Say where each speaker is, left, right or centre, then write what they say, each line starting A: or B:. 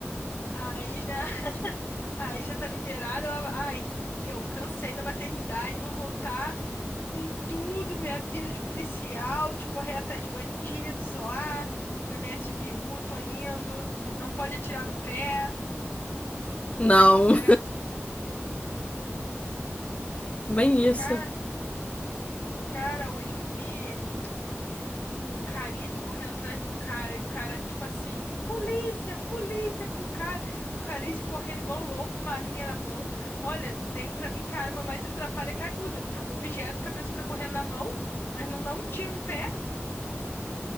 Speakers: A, on the left (about 55°); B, on the left (about 30°).
A: Aí já, <laughs> aí já tá liberada. Ela, ai, deu, cansei da maternidade, vou voltar com tudo, minha vida de policial, de correr atrás de bandidos lá na minha SVU, tô indo. Não pode atirar no pé,
B: Não,
A: mas tudo certo.
B: bem isso.
A: Cara, cara, hoje eu vi. o Carize correndo atrás do cara, e o cara, tipo assim, polícia, polícia pro cara. O Carize correndo igual um louco, uma arminha na mão. Olha, tem pra mim que a arma mais atrapalha que ajuda, porque é um objeto que a pessoa tá correndo na mão, mas não dá um tiro no pé.